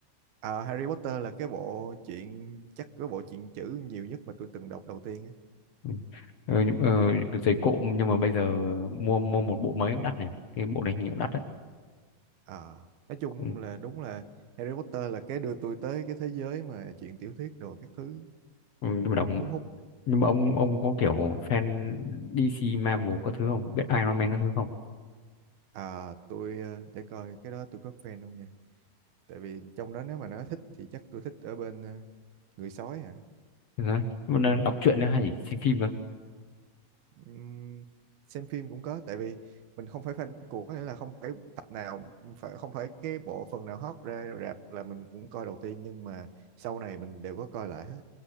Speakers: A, on the right (about 65°); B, on the left (about 70°).
A: à, Harry Potter là cái bộ chuyện chắc cái bộ chuyện chữ nhiều nhất mà tôi từng đọc đầu tiên á.
B: Ừ. Ờ, nhưng- ờ, giày cộm nhưng mà bây giờ mua mua một bộ mới cũng đắt này cái bộ này hình như cũng đắt đấy
A: à, nói chung
B: ừ.
A: là đúng là Harry Potter là cái đưa tôi tới cái thế giới mà chuyện tiểu thuyết đồ các thứ
B: Ừ, nhưng
A: kiểu
B: mà đọc
A: cuốn hút
B: nhưng mà ông ông có kiểu fan DC Marvel các thứ không biết Iron Man các thứ không
A: À, tôi ờ, để coi cái đó tôi có fan không nha. Tại vì trong đó nếu mà nó thích thì chắc tôi thích ở bên ờ, người sói à.
B: ừ. đấy. nhưng mà đang đọc truyện nữa hay chỉ xem phim
A: Ừm, xem phim cũng có, tại vì mình không phải fan của nghĩa là không phải tập nào, phải không phải cái bộ phần nào hot ra rạp là mình cũng coi đầu tiên nhưng mà sau này mình đều có coi lại hết.